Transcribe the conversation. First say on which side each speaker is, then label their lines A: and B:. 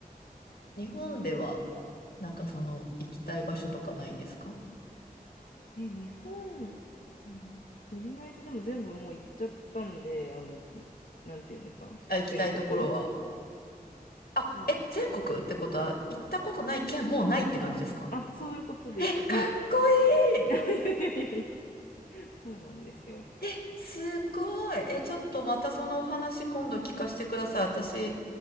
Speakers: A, on the left; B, on the left.
A: 日本では、なんかその、行きたい場所とかないんですか
B: え、日本、
A: うん
B: とりあえずでも全部もう行っちゃったんで、あの、なんていうんですか、
A: あ、行きたいところは。
B: 全国。
A: あ、
B: そうですね。
A: え、全国ってことは、行ったことない県もうないって感じですか
B: あ、そういうことです。
A: え、かっこ
B: はい。
A: いい
B: <laughs> いやいやいやいや、そうなんですよ。
A: え、すごい。え、ちょっとまたそのお話今度聞かせてください。私、